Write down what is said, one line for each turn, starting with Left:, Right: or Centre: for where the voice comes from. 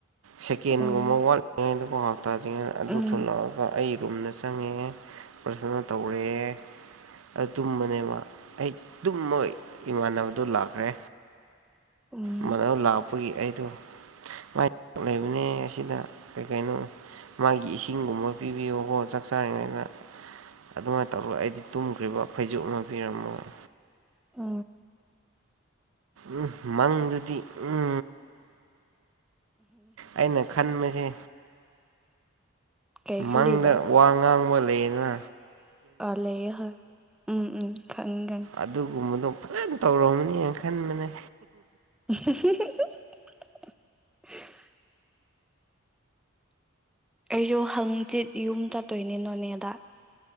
Right: ꯁꯦꯀꯦꯟꯒꯨꯝꯕ
Centre: ꯎꯝ
Right: ꯋꯥꯠꯂꯤꯉꯩꯗꯀ ꯍꯥꯞꯇꯥꯗ꯭ꯔꯤꯉꯩꯗ ꯑꯗꯨ
Centre: ꯎꯝ
Right: ꯊꯣꯛꯂꯛꯑꯒ ꯑꯩ ꯂꯨꯝꯅ ꯆꯪꯉꯦ ꯄ꯭ꯔꯊꯅ ꯇꯧꯔꯦ ꯑꯗꯨ ꯇꯨꯝꯕꯅꯦꯕ ꯑꯩ ꯇꯨꯝꯃꯣꯏ ꯏꯃꯥꯟꯅꯕꯗꯣ ꯂꯥꯛꯈ꯭ꯔꯦ
Centre: ꯎꯝ
Right: <unintelligible> ꯈꯣꯏꯒꯤ ꯑꯩꯗꯣ ꯃꯥꯏ ꯂꯩꯕꯅꯦ ꯑꯁꯤꯗ ꯀꯩ ꯀꯩꯅꯣ ꯃꯥꯒꯤ ꯏꯁꯤꯡꯒꯨꯝꯕ ꯄꯤꯕꯤꯌꯣ ꯑꯣ ꯆꯥꯛ ꯆꯔꯤꯉꯩꯗ ꯑꯗꯨꯃꯥꯏꯅ ꯇꯧꯔꯒ ꯑꯩꯗꯤ ꯇꯨꯝꯈ꯭ꯔꯤꯕ ꯐꯩꯖꯣꯛꯅ ꯄꯤꯔꯝꯃꯒ
Centre: ꯑ
Right: ꯎꯝ ꯃꯪꯗꯨꯗꯤ ꯎꯝ ꯑꯩꯅ ꯈꯟꯕꯁꯦ
Centre: ꯀꯩ ꯈꯜꯂꯤꯕ
Right: ꯃꯪꯗ ꯋꯥ ꯉꯥꯡꯕ ꯂꯩꯅ
Centre: ꯑ ꯂꯩ ꯍꯥꯏ ꯎꯝ ꯎꯝ ꯈꯪꯒꯅꯤ
Right: ꯑꯗꯨꯒꯨꯝꯕꯗꯣ ꯐꯖꯅ ꯇꯧꯔꯝꯕꯅꯦꯅ ꯈꯟꯕꯅꯦ
Centre: <inaudible> ꯑꯩꯁꯨ ꯍꯪꯆꯤꯠ ꯌꯨꯝ ꯆꯠꯇꯣꯏꯅꯦ ꯅꯣꯅꯦꯗ